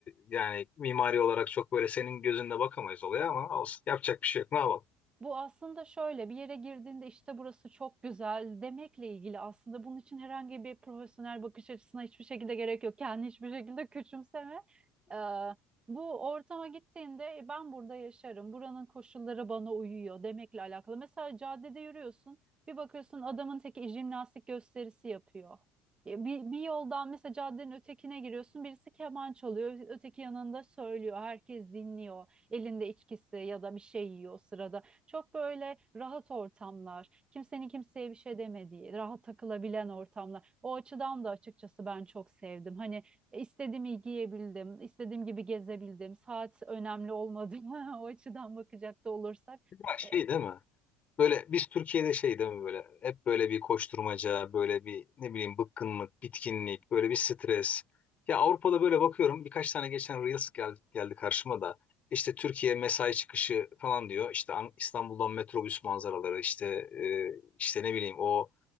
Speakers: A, on the left; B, on the right.
A: yani mimari olarak çok böyle senin gözünde bakamayız olaya ama olsun yapacak bir şey yok ne yapalım.
B: Bu aslında şöyle bir yere girdiğinde işte burası çok güzel demekle ilgili aslında bunun için herhangi bir profesyonel bakış açısına hiçbir şekilde gerek yok. Kendini hiçbir şekilde küçümseme. Ee, bu ortama gittiğinde "E, ben burada yaşarım, buranın koşulları bana uyuyor demekle alakalı. Mesela caddede yürüyorsun bir bakıyorsun adamın teki jimnastik gösterisi yapıyor. E, Bir, bir yoldan mesela caddenin ötekine giriyorsun birisi keman çalıyor öteki yanında söylüyor herkes dinliyor elinde içkisi ya da bir şey yiyor o sırada. Çok böyle rahat ortamlar, kimsenin kimseye bir şey demediği, rahat takılabilen ortamlar. O açıdan da açıkçası ben çok sevdim. Hani istediğimi giyebildim, istediğim gibi gezebildim. Saat önemli olmadı. <laughs> O açıdan bakacak da olursak.
A: Ya şey
B: E,
A: değil mi? Böyle biz Türkiye'de şey değil mi böyle hep böyle bir koşturmaca böyle bir ne bileyim bıkkınlık bitkinlik böyle bir stres. Ya Avrupa'da böyle bakıyorum birkaç tane geçen Reels geldi, geldi karşıma da işte Türkiye mesai çıkışı falan diyor işte An- İstanbul'dan metrobüs manzaraları işte e, işte ne bileyim o